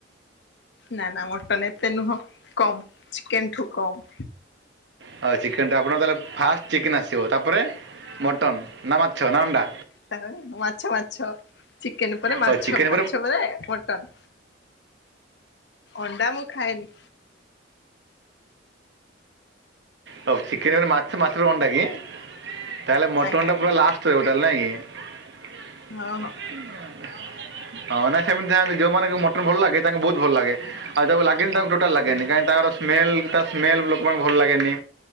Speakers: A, on the left (about 65°); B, on the right (about 65°).
A: ନା ନା ମଟନ ଏତେ ନୁହଁ କମ୍ ଚିକେନ ଠୁ କମ୍।
B: ହଉ ଚିକେନ୍ ଟା ଆପଣଙ୍କ ତାହେଲେ ଫାଷ୍ଟ ଚିକେନ୍ ଆସିବ ତାପରେ ମଟନ୍ ନା ମାଛ ନା ଅଣ୍ଡା?
A: ତାପରେ ମାଛ ମାଛ ଚିକେନ ପରେ
B: ହଉ
A: ମାଛ,
B: ଚିକେନ୍
A: ମାଛ ପରେ ମଟନ୍ ଅଣ୍ଡା ମୁଁ ଖାଏନି।
B: ହୋଉ ଚିକେନ ହେନେ ମାଛ ମାଛରୁ ଅଣ୍ଡା କି ତାହେଲେ ମୋଟନଟା
A: ଆଜ୍ଞା ଆଜ୍ଞା।
B: ପୁରା ଲାଷ୍ଟ ଷ୍ଟ ରହିବ ତାହେଲେ ନାଇଁ କି।
A: ହଁ ହଁ।
B: ହୁଁ ହଁ ନାଇଁ ସେମିତି ଥାଆନ୍ତି ଯୋଉମାନଙ୍କୁ ମଟନ୍ ଭଲ ଲାଗେ ତାଙ୍କୁ ବୋହୁତ ଭଲ ଲାଗେ ଆଉ ଯାହାକୁ ଲାଗିନି ତାକୁ ଟୋ ଟାଲ ଲାଗେନି
A: ଆଜ୍ଞା
B: କାହିଁ ତାର ସ୍ମେଲ ତା ସ୍ମେଲ୍ ଲୋକମାନଙ୍କୁ ଭଲ ଲାଗେନି।